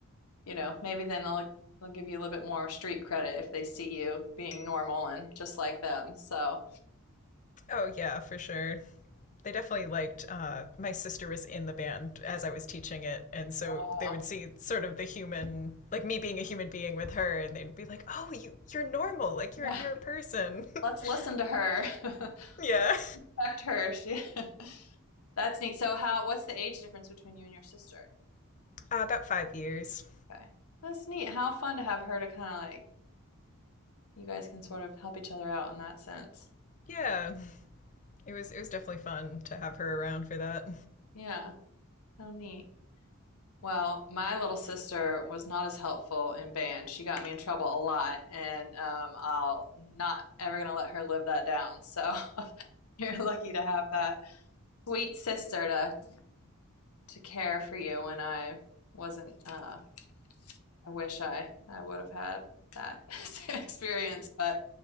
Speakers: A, on the left; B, on the left.
A: you know, maybe then they'll they'll give you a little bit more street credit if they see you being normal and just like them. So,
B: Oh yeah, for sure. they definitely liked uh, my sister was in the band as i was teaching it and so
A: oh, wow.
B: they would see sort of the human like me being a human being with her and they'd be like oh you you're normal like
A: Yeah,
B: you're you're a person
A: let's
B: <laughs>
A: listen to her.
B: yeah
A: <laughs> Respect her. She <laughs> That's neat. So how what's the age difference between you and your sister?
B: uh, about five years
A: Okay. That's neat. How fun to have her to kind of like you guys can sort of help each other out in that sense.
B: yeah it was it was definitely fun to have her around for that
A: Yeah, how neat. Well, my little sister was not as helpful in band. She got me in trouble a lot, and um, I'll not ever gonna let her live that down. So <laughs> you're lucky to have that sweet sister to to care for you when I wasn't. Uh, I wish I I would have had that <laughs> same experience, but